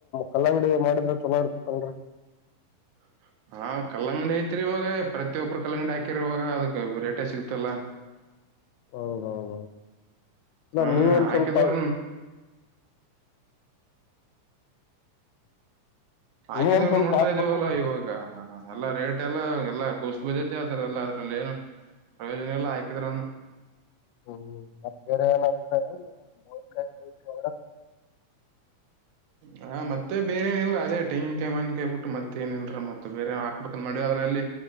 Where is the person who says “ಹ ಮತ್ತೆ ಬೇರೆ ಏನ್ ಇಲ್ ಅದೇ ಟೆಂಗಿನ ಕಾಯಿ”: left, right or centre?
Right